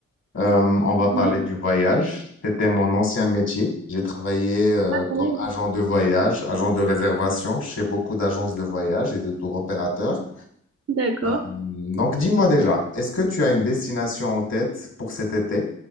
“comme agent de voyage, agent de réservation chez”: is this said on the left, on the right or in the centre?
Left